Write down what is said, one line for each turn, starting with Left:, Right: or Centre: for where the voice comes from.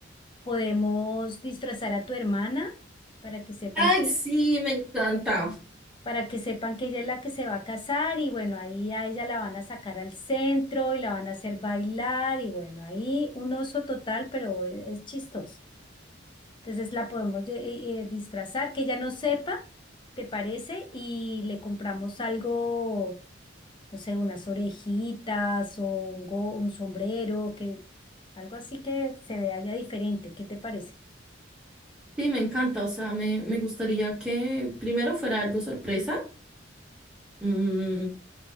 Left: podemos disfrazar a tu hermana para que sepan.
Centre: Ay, sí, me encanta.
Left: para que sepan que ella es la que se va a casar y bueno, ahí a ella la van a sacar al centro y la van a hacer bailar y bueno, ahí un oso total, pero es chistoso. Entonces la podemos lle- eh, eh, disfrazar, que ella no sepa, ¿te parece? Y le compramos algo, no sé, unas orejitas o un, go- un sombrero, que algo así que se vea ya diferente, ¿qué te parece?
Centre: Sí, me encanta. O sea, me, me gustaría que primero fuera algo sorpresa. Mm,